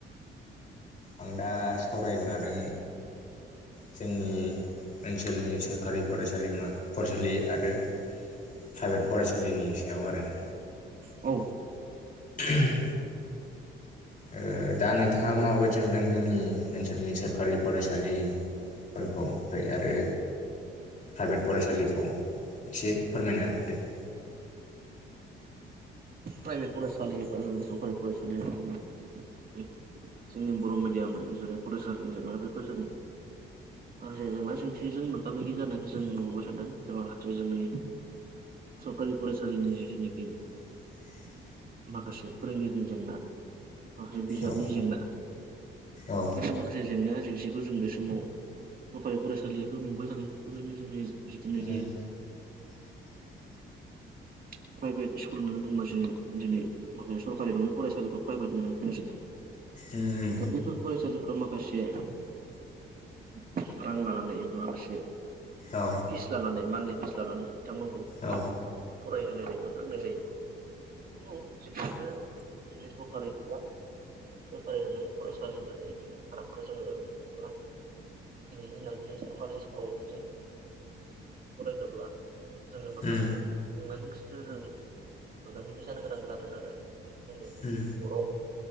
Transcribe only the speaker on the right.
औ
प्राइभेट फरायसालि बा जोंनि सरकारि फरायसालि होनना बुङो जोंनि बर' मिडियामनि जोंनि फरायसालिनि जेंना बेखौ जों माखासे जेंना जेंसिजों मोगा मोगि जानायखौ जों नुबोबाय थादों जाहाते जोंनि सरकारि फरायसालिनि जिथु नोकि
माखासे फोरोंगिरिनि जेंना माखासे बिजाबनि
जेंना
माखासे जेंना जेंसिखौ जों बे समाव सरखारि फरायसालियाथ' नुबोबाय थादों बेबायदिनो जोंनि जिथुनोखि
<inaudible> फ्रयभेत इस्क स्कुल होननानै बुंबा जोङो दिनै माखासे सरकारि नङै फरायसालिखौ प्राइभेट होननानै बुंनाय जायो। नाथाय
बैफोर फरायसालिफोराव माखासे रां लानानै एबा माखासे
फिस लानानै मानलि फिस लानानै बिथांमोनखौ
फरायहोनाय जायो बा फोरोंनाय जायो। औ बेफोरखो जोंनि दरकारै बा सरकारि नङै फरायसालि होननानै जिथुनिखि फारागखौ जोङो नायोब्ला दिनैनि दिनाव जुदि सरकारि स्कुलाव बिदि फरायनोब्ला जोङो माखासे
जेंना जेंसिजों जों मोगा मोगि जानो गोनां जादों आरो जोंनि
बर'